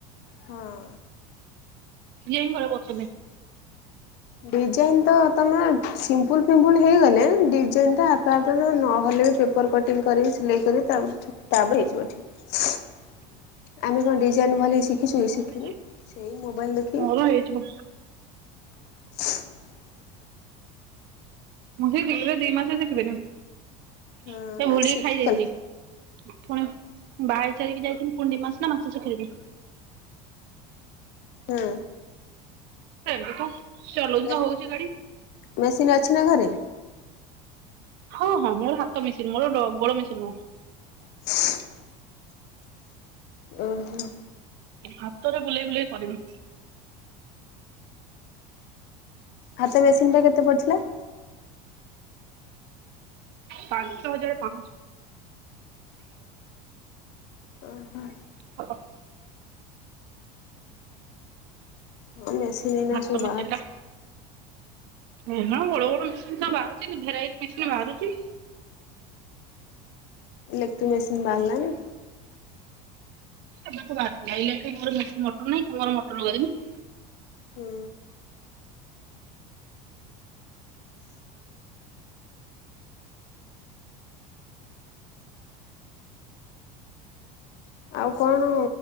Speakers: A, on the left; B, on the right.
A: ହଁ
B: <unintelligible>
A: ଡିଜାଇନ ତ ତମେ ସିମ୍ପୁଲ ପିମ୍ପୁଲ୍ ହେଇଗଲେ ଡିଜାଇନଟା ଆପେ ଆପେ ନହେଲେ ବି ଉପର କଟିଂ କରିକି ସିଲେଇ କରି ତାପରେ ଠିକ୍ ତାପରେ ହେଇଯିବ ଠିକ୍। ଆମେ କଣ ଡିଜାଇନ ଭଲ ଶିଖିଛୁ
B: ମୋର
A: କି ଶିଖିନୁ
B: ହେଇଯାଏ
A: ସେଇ ମୋବାଇଲ ଦେଖି
B: ମୋର ହେଇଯିବ।
A: <inaudible>
B: ମୁଁ ସେ ଦିଲ୍ଲୀରେ ଦି ମାସ ଶିଖିଥିଲି
A: ହଁ
B: ସେ
A: ନା
B: ଭୁଲିକି
A: ଶିଖିଗଲା
B: ଖାଇଯାଇଛି। ପୁଣି ବାହାହେଇକି ସାରିକି ଯାଇଥିଲି ପୁଣି ଦି ମାସେ ନା ମାସେ ଶିଖିଥିଲି।
A: ହୁଁ
B: ସେମତି ତ ଚଲଉଛି
A: ମେ
B: ତ ହଉଛି ଗାଡି।
A: ମେସିନ୍ ଅଛି ନା ଘରେ।
B: ହଁ ହଁ ମୋର ହାତ ମେସିନ ମୋର ଗୋଡ଼ ମେସିନ ନୁହଁ।
A: <inaudible> ଓହୋ
B: ହାତରେ ବୁଲେଇ ବୁଲେଇ କରିବି।
A: ହାତ ମେସିନଟା କେତେ ପଡ଼ିଥିଲା।
B: ପାଞ୍ଚ ହଜାର ପାଶହ।
A: ଓହୋ
B: <inaudible>
A: <inaudible>
B: ହାତ ମେସିନଟା
A: ବାହାରୁଛି।
B: ହେନା ବଡ ବଡ ମେସିନ୍ ବାହାରୁଛି ଭେରାଇଟ ମେସିନ ବାହାରୁଛି।
A: ଇଲେକ୍ଟ୍ରି ମେସିନ୍ ବାହାରିଲାଣି।
B: ଏବେ ତୁ ବାହାରଥିଲା ଏ ମୋର ମଟର ନାହିଁ ତ ମୋର ମଟର ଲଗେଇଦେଲୁନୁ।
A: ହୁଁ ଆଉ କଣ